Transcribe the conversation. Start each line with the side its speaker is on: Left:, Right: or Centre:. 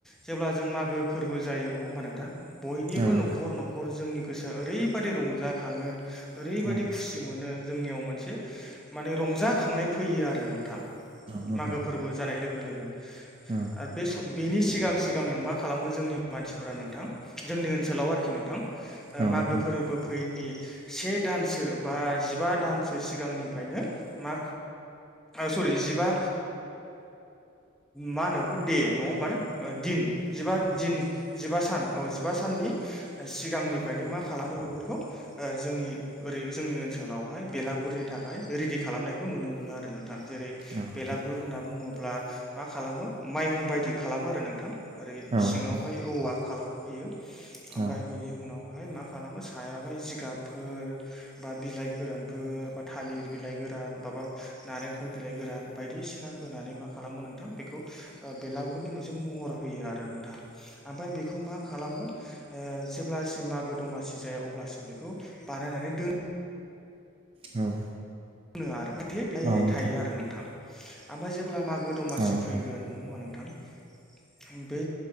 Centre: जेब्ला जों मागो फोरबो जायो नङा होमबा नोंथां बयनिबो
Right: औ नोंथां
Centre: न'खर न'खर जोंनि गोसोआ ओरैबादि रंजाखाङो ओरैबायदि
Right: औ
Centre: खुसि मोनो जोंनियाव मोनसे माने रंजाखांनाय फैयो आरो नोंथां
Right: नोंथां
Centre: मागो फोरबो जानाय लोगो लोगो
Right: औ
Centre: आरो बे सम बेनि सिगां सिगांनो मा खालामो जोंनि मानसिफोरा नोंथां जोंनि ओनसोलाव आरोखि नोंथां मागो
Right: औ नोंथां
Centre: फोरबो फैयिनि से दानसो बा जिबा दानसो सिगांनिफ्रायनो मा सरि जिबा मा होनो बेखौ दे नङा होमबा ना दिन जिबा दिन जिबा सान औ जिबा साननि सिगांनि फ्रायनो मा खालामो बेफोरखौ जोंनि ओरै जोंनि ओनसोलावहाय बेलागुरनि थाखाय रेडि खालाम खालामनायखौ नुनो मोनो आरो नों थां जेरै
Right: औ नोंथां
Centre: बेलागुर होनना बुङोब्ला मा खालामो माइहुं बायदि खालामो आरो नोंथां ओरै
Right: औ
Centre: सिङावहाय
Right: नोंथां
Centre: औवा खालामहोयो ओमफ्राय
Right: औ
Centre: बिनि उनाव बेहाय मा खालामो सायावहाय जिगाबफोर बा बिलाइ गोरानफोर बा थालिर बिलाइ गोर न नालेंखर बिलाइ गोरान बायदिसिना होनानै मा खालामो नोंथां बेखौ बेला नि मोनसे महर होयो आरो नोंथां ओमफ्राय बेखौ मा खालामो जेब्लासिम मागो दमासि जाया अब्लासिम बेखौ बानायनानै दोनो
Right: औ
Centre: नो आरो <unintelligible>
Right: नोंथां
Centre: थायो आरो नोंथां ओमफ्राय जों अब्ला मागो दमासि
Right: औ नोंथां
Centre: फैगोन नङा होमबा नोंथां बे